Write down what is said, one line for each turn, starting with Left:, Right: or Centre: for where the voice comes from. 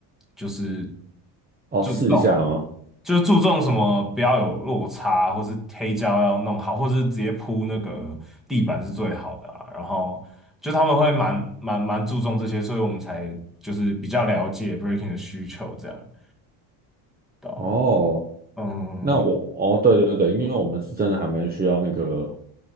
Centre: 就是
Right: 哦试一下吗？
Centre: 注重，就是注重什么不要有落差，或是黑胶要弄好，或是直接铺那个地板是最好的啊然后就他们会蛮蛮蛮注重这些，所以我们才就是比较了解 breaking 的需求这样。对啊
Right: 哦。
Centre: 嗯，
Right: 那我哦，对对对，因为我们是真的还蛮需要那个，